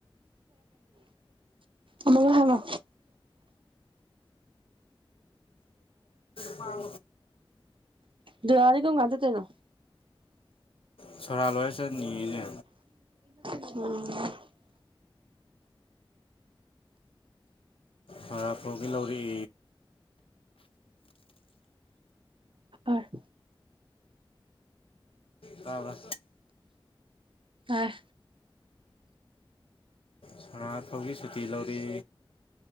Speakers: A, on the right; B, on the left.
A: ꯑꯃꯒ ꯍꯪꯉꯣ
B: ꯄ
A: ꯗꯔꯥꯅꯤ ꯀ ꯀꯥꯟꯗ ꯇꯅꯣ
B: ꯁꯣꯔꯥ ꯂꯣꯏꯔꯁꯨ ꯅꯤꯅꯦ
A: ꯎꯝ
B: ꯍꯥꯄꯒꯤꯂꯧꯔꯤ
A: ꯑꯔ
B: ꯇꯥꯕ꯭ꯔ
A: ꯑꯥ
B: ꯁꯅꯥ ꯐꯥꯎꯒꯤ ꯁꯨꯇꯤ ꯂꯧꯔꯤ